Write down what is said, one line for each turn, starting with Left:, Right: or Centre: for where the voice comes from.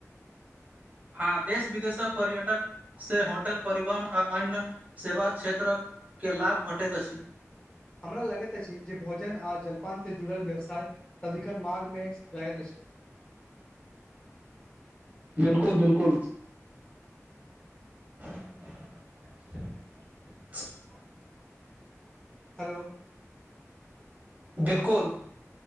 Right: हँ देश विदेशक पर्यटक से होटल परिवहन आ अन्य सेवा क्षेत्रक के लाभ भेटैत अछि
Left: हमरा लगैत अछि जे भोजन आ जलपान से जुड़ल व्यवसाय सदिखन माघ मे रहैत अछि
Right: बिल्कुल बिल्कुल <unintelligible>
Left: हेलो
Right: बिल्कुल